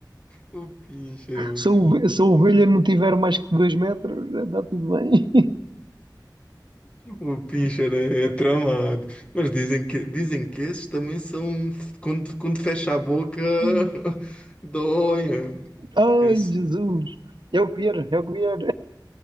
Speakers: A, on the left (about 15°); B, on the right (about 75°).
A: O pincher, mano.
B: Se a ove- se a ovelha não tiver mais que dois metros, está tudo bem.
A: o pincher é, é tramado. Mas dizem que, dizem que esses também são. Quando, quando fecha a boca, <laughs>
B: <laughs>
A: doia.
B: Ai,
A: Esse,
B: Jesus! É o que vier, é o que vier.